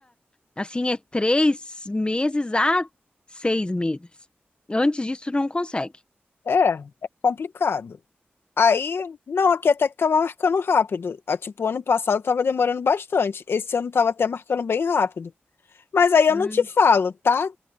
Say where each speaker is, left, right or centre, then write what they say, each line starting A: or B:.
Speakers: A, on the left; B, on the left.
A: assim, é três meses a seis meses. Antes disso, tu não consegue.
B: É, é complicado. Aí, não, aqui até que tava marcando rápido. Ah, Tipo, ano passado tava demorando bastante. Esse ano tava até marcando bem rápido. Mas aí eu
A: Hum.
B: não te falo, tá?